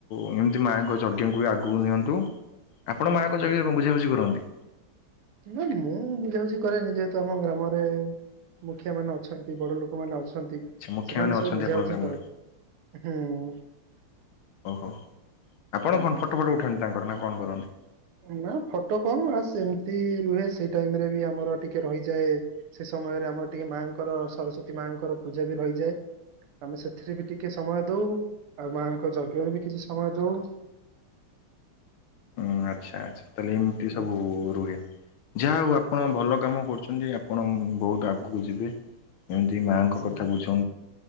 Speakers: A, on the left (about 75°); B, on the right (about 80°).
A: ଏମିତି ମାଆଙ୍କ ଯଜ୍ଞଙ୍କୁ ବି ଆଗକୁ ନିଅନ୍ତୁ। ଆପଣ ମାଆଙ୍କ
B: ହୁଁ
A: ଯଜ୍ଞା କଣ ବୁଝା ବୁଝି କରନ୍ତି?
B: ନା ମୁଁ ବୁଝାବୁଝି କରେ ନି ଯେହେତୁ ଆମ ଗ୍ରାମରେ ମୁଖିଆ ମାନେ ଅଛନ୍ତି ବଡ ଲୋକମାନୋନ ଅଛନ୍ତି
A: ଆଚ୍ଛା ମୁଖିଆ
B: ସେମାନେ
A: ମାନେ ଅଛନ୍ତି
B: ସବୁ ବୁଝାବୁଝି
A: ଆପଣଙ୍କ ଗ୍ରାମରେ
B: କରନ୍ତି। ହଁ।
A: ଓହୋ ଆପଣ
B: ହୁଁ
A: କଣ
B: ହୁଁ
A: ଫଟୋ ଫଟୋ ଉଠାନ୍ତି ତାଙ୍କର ନା କଣ କରନ୍ତି?
B: ନା ଫଟ କଣ ବାସ ଏମିତି ରୁହେ ସେଇ ଟାଇମ ରେ ବି ଆମର ଟିକେ ରହିଯାଏ ସେ ସମୟରେ ଆମର ଟିକେ ମାଙ୍କର ସରସ୍ଵତୀ ମାଙ୍କର ପୂଜା ବି ରହିଯାଏ। ଆମେ ସେଥିରେ ବି ଟିକେ ସମୟ ଦୋଉ, ଆଉ ମାଆଙ୍କ ଯଜ୍ଞରେ ବି କିଛି ସମୟ ଦୋଉ।
A: ହ ଆଚ୍ଛା ଆଛା ତାହେଲେ ଏମିତି
B: ହୁଁ
A: ସବୁ ରୁହେ ଯାହା ହଉ ଆପଣ
B: ହୁଁ
A: ଭଲ କାମ କରୁଛନ୍ତି। ଆପଣ ବହୁତ ଆଗକୁ ଯିବେ ଯେମିତି ମାଆଙ୍କ କଥା
B: ହୁଁ।
A: ବୁଝ